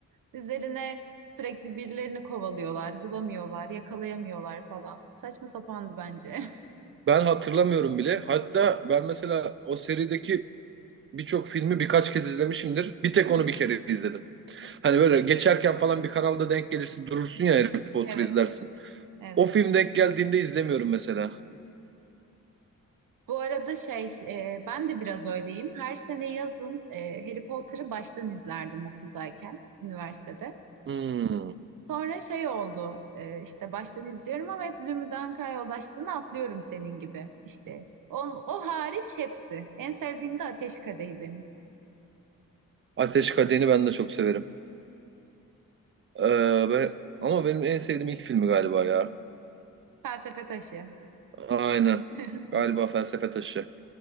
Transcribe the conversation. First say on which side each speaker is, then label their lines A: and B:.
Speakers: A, on the right; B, on the right.
A: Üzerine sürekli birilerini kovalıyorlar. Bulamıyorlar, yakalayamıyorlar falan. Saçma sapandı bence. <laughs>
B: Ben hatırlamıyorum bile. Hatta ben mesela o serideki birçok filmi birkaç kez izlemişimdir. Bir tek
A: Hı
B: onu
A: hı.
B: bir kere izledim. Hani böyle geçerken falan bir kanalda denk gelirsin durursun ya Harry Potter
A: Evet.
B: izlersin.
A: Evet.
B: O film denk geldiğinde izlemiyorum mesela.
A: Bu arada şey, e, ben de biraz öyleyim. Her sene yazın e, Harry Potter'ı baştan izlerdim okuldayken, üniversitede.
B: Hmm.
A: Sonra şey oldu e, işte baştan izliyorum ama hep Zümrüt yoldaşlığını atlıyorum senin gibi işte. On, o hariç hepsi. En sevdiğim de Ateş Kadehi benim.
B: Ateş Kadehi'ni ben de çok severim. Ee, ve- ama benim en sevdiğim ilk filmi galiba ya.
A: Felsefe taşı.
B: Aynen.
A: <laughs>
B: Galiba Felsefe Taşı.